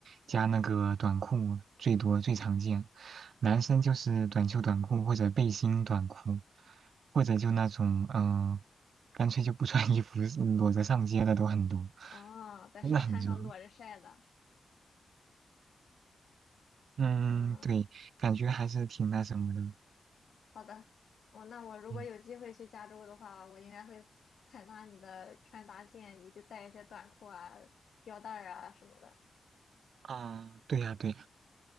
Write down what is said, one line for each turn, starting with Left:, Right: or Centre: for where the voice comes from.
Right: 加那个短裤，最多最常见。男生就是短袖短裤或者背心短裤，或者就那种嗯、呃干脆就不穿衣服，裸着上街的都很多，
Left: 啊，在沙滩上裸着晒的。
Right: 真的很热。嗯，
Left: 嗯，
Right: 对，感觉还是挺那什么的。
Left: 好的。哦，那我如果有机会去加州的话，
Right: 嗯
Left: 我应该会采纳你的穿搭建议，就带一些短裤啊、吊带儿啊什么的。
Right: 啊，对呀，对呀。